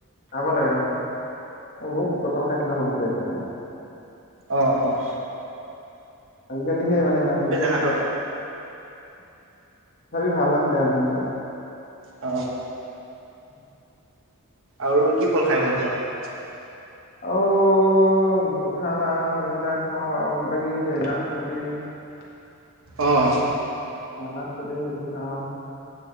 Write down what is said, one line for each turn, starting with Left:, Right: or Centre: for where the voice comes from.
Left: খাব লাগে অ মই বহুত কঁঠাল খাইছিলো সৰুতে মাণে <unintelligible>
Right: অঁ অঁ
Left: আজিকালিহে মানে ইমান
Right: হাতত।
Left: তথাপি ভাল আছিলে দিন বিলাক <unintelligible>
Right: অ
Left: উ
Right: আৰু কি ফল খাই ভাল পোৱা <unintelligible>
Left: আও কঁঠাল আম এইবিলাক খাওঁ আৰু কিবা কিবি দ নাচপতি <unintelligible>
Right: অঁ।
Left: মাতে সেইটো খাওঁ